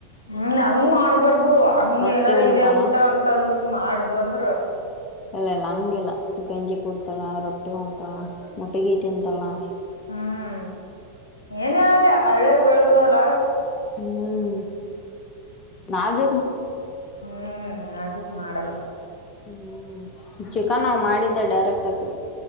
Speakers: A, on the left; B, on the left.
A: ಹ್ಮ್ ಹಂಗ್ ಮಾಡ್ಬಾರ್ದು ಹಂಗ
B: ರೊಟ್ಟಿ
A: ಏನಾರ
B: ಉಣ್ತಾಳ
A: ಇದೇ ಊಟ ಅಂತಂದ ಮಾಡ್ದ್ ಅಂದ್ರ
B: ಇಲ್ಲೆ ಇಲ್ಲ ಹಂಗಿಲ್ಲ ಗಂಜಿ ಕುಡಿತಾಳ ರೊಟ್ಟಿ ಉಣ್ತಾಳ ಮುಟಗಿ ತಿಂತಾಳ.
A: ಹ್ಮ್ ಏನೇ ಆಲಿ ಹಳ್ಳೇಗ್ ಬೆಳ್ದವಲ್ಲ
B: ಹ್ಮ್ ನಾ ಜ
A: ಹ್ಮ್ ನಾಜೂಕ್ ಮಾಡಲ್ಲ.
B: ಹ್ಮ್ ಚಿಕನ್ನವ್ ಮಾಡಿದ್ದೆ ಡೈರೆಕ್ಟ್ ಆಗಿ.